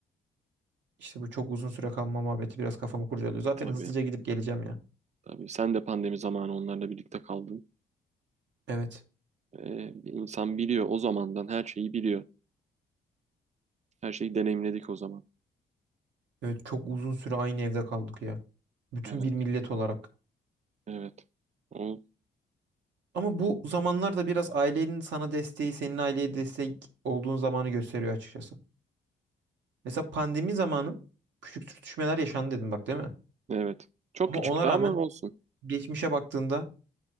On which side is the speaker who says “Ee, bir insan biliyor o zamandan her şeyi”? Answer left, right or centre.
Right